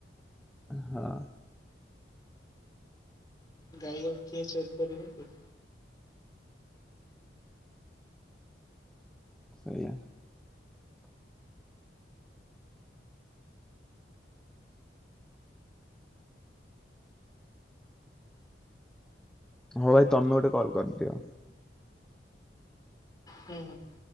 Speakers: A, in the centre; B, on the left.
A: ହଁ
B: ଗାଈ ଆଉ କିିଏ ଚୋରି କରିବେ କି।
A: ସେୟା ହଁ ଭାଇ ତମେ ଗୋଟେ କଲ କରିଦିଅ।
B: ହୁଁ ହୁଁ।